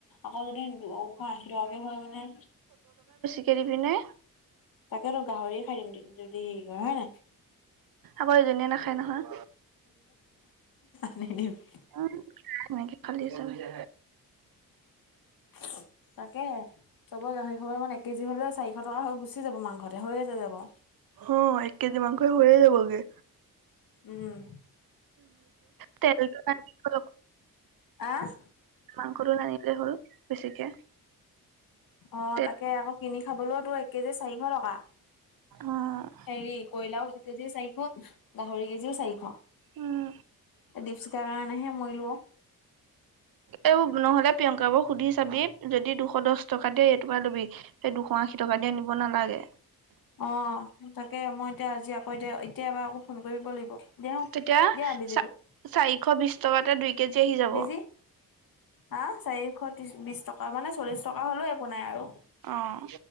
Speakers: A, on the left; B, on the right.
A: আকৌ যদি এশ আশী টকাকে হয় মানে
B: কেৰি পিনে
A: তাকেতো গাহৰিয় খাই দিম যদি হে হয় নাই।
B: আকৌ এজনীয়ে নাখায় নহয়।
A: নি <unintelligible>
B: উ সনেকে খালি আছে নেকি?
A: তাকে চবৰ গাহৰি খব এক কেজি হলে চাৰিশ টকা হৈ গুচি যাব মাংসতে হৈ যাব।
B: অ এক কেজি মাংস হৈয়ে যাবগে
A: উম
B: তেলটো আনিল
A: আহ
B: মাংস আানিলে হ'ল বেছিকে
A: অ
B: তেল
A: তাকে আকৌ কিনি খাবলৈওতো এক কেজি চাৰিশ টকা
B: অ',
A: হেৰি কয়লাও এক কেজিও চাৰিশ গাহৰি কেজিও চাৰিশ
B: উম,
A: দপচুখাৰ কাৰণেহে মৰিলোৱা
B: এইব নহ'লে প্ৰিয়ংকা বোৰ সুধি চাবি যদি দুশ দহ টকা দিয়ে এইটকা লবি সেই দুশ আশী টকা দিয়ে নিব নালাগে
A: অ তাকে মই এতিয়া আজি আকৌ এতিয়া এতিয়া এবাৰ আকৌ ফোন কৰিব লাগিব দিয়া
B: তেতিয়া
A: দিয়া বেজিটো
B: চ চাৰিশ বিশ টকাতে দুই কেজি আহি যাব
A: বেজি হ চাৰিশ ত্ৰি বিশ টকা মানে চল্লিশ টকা হ'লেও একো নাই আৰু
B: অ',